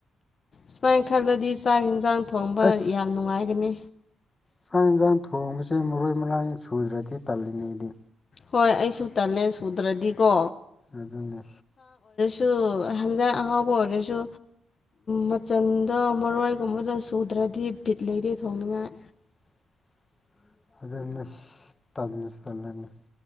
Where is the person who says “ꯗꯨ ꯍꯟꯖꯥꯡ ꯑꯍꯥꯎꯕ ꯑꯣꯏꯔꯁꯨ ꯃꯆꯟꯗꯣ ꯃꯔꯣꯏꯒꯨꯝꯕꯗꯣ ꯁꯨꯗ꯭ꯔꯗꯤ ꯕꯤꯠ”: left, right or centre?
Left